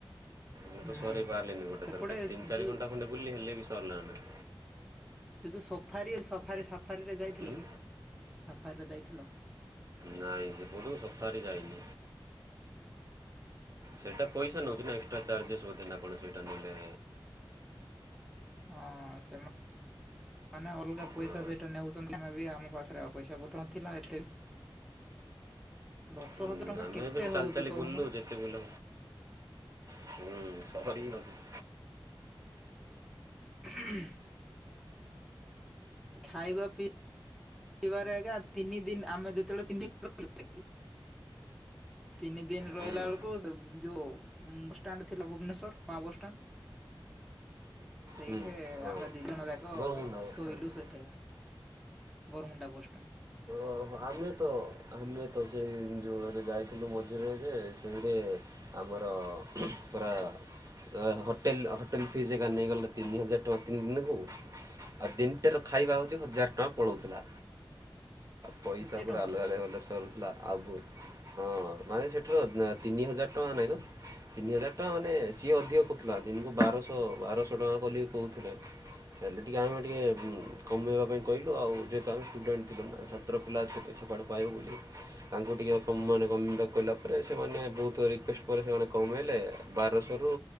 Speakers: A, on the right (about 40°); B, in the centre.
A: ମୁଁ
B: ହୁଁ
A: ତ ସରେଇ ପାରଲିନି ଗୋଟେ
B: ସେପଟେ
A: ଥରକେ ତିନ ଚାରି
B: ଯୋଉ
A: ଘଣ୍ଟା ଖଣ୍ଡେ ବୁଲଲି ହେଲେ ବି ସରଲା ନାହିଁ।
B: ସେ ଯୋଉ ସଫାରି, ସଫାରି ସଫାରିରେ ଯାଇଥିଲ
A: ହୁଁ
B: କି ସଫାରିରେ ଯାଇଥିଲ?
A: ନାଇଁ ସେପଟକୁ ସଫାରି ଯାଇନି। ସେଇଟା ପଇସା ନୋଉଚି ନା ଏକ୍ସ୍ ଟ୍ରା ଚାର୍ଜେସ୍ ବୋଧେ ନା କଣ ସଇଟା ନେଲେ
B: ହଁ ସେମା-ମାନେ ଅଲଗା ପଇସା
A: ହଁ
B: ସେଇଟା ନେଉଚନ୍ତି ଆମେ ବି ଆମ ପାଖରେ ଆଉ ପଇସା ପତର ନଥିଲା ଏତେ। ଦଶ
A: ହୁଁ,
B: ହଜାର ଟଙ୍କା
A: ଆମେ
B: କେତେ
A: ସେଠୁ
B: ହୋଉଚି
A: ଚାଲି ଚାଲି
B: କହୁନୁ?
A: ବୁଲିଲୁ ଯେତେ ବୁଲା ହୁଁ ସରିଯାଉଚି।
B: <inaudible> ଖାଇବା ପିଇ ଇବାରେ ଏକା ତିନି ଦିନ ଆମେ ଯେତେବେଳେ ତିନ ଦିନ ଗଲୁ ସେଇଠି ତିନି ଦିନ ରହିଲା
A: ହୁଁ ହୁଁ
B: ବେଳକୁ ସେ ଯୋଉ ଉଁ-ବସଷ୍ଟାଣ୍ଡ ଥିଲା ଭୁବନେଶ୍ଵର ବା ବସଷ୍ଟାଣ୍ଡ। <inaudible> ସେଇଠି
A: ହୁଁ, ହଁ
B: ଆମେ ଦିଜଣ ଯାକ
A: ବରମୁଣ୍ଡା ବସ୍
B: ଶୋଇଲୁ
A: ଷ୍ଟାଣ୍ଡ
B: ସେଇଠେକା। ବରମୁଣ୍ଡା ବସଷ୍ଚାଣ୍ଡ୍।
A: ଓହୋ ଆମେ ତ ଆମେ ତ ସେଇ ଯୋଉ ଏବେ ଯାଇଥିଲୁ ମଝିରେ ଯେ ସେଇଠି ଆମର ତ ପୁରା ଆ-ହୋଟେଲ୍ ହୋଟେଲ୍ ଫିସ୍ ଏକା ନେଇଗଲେ ତିନି ହଜାର ଟଙ୍କା ତିନି ଦିନକୁ ଆଉ ଦିନଟାର ଖାଇବା ହୋଉଚି ହଜାର ଟଙ୍କା ପଳୋଉଥୁଲା।
B: <inaudible>
A: ପଇସା ପୁରା
B: ଟଙ୍କା
A: ଅଲଗା ଅଲଗା ଦେଶର ହେଲା ଆବୁ ହଁ। ମାନେ ସେଠର ତିନି ହଜାର ଟଙ୍କା ନାହିଁ ତ ତିନି ହଜାର ଟଙ୍କା ମାନେ ସିଏ ଅଧିକ କହୁଥିଲା, ଦିନକୁ ବାରଶହ ବାରଶହ ଟଙ୍କା ଖୋଲି କହୁଥିଲେ ହେଲେ ଟିକେ ଆମେ ଟିକେ କମେଇବା ପାଇଁ କହିଲୁ ଆଉ ଯେହେତୁ ଆମେ ଷ୍ଟୁଡେଣ୍ଟ ଥିଲୁ ନା ଛତ୍ର ପିଲା ସେତେ ସେପାଠୁ ପାଇବୁ ବୋଲି ତାଙ୍କୁ ଟିକିଏ କମ୍ ମାନେ କମେଇବାକୁ କହିଲା ପରେ ସେମାନେ ବହୁତ ରି କୁଏଷ୍ଟ ପରେ ସେମାନେ କମେଇଲେ, ବାରଶହରୁ